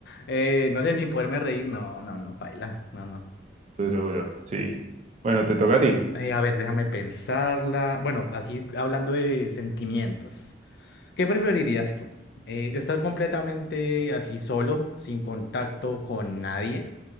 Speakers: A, on the left; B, on the right.
A: eh, no sé, sin poderme reír. No, no, no, paila, no, no.
B: Duro, duro, sí. Bueno, te toca a ti.
A: Eh, a ver, déjame pensarla. Bueno, así hablando de sentimientos, ¿qué preferirías tú? Eh, estar completamente así solo, sin contacto con nadie,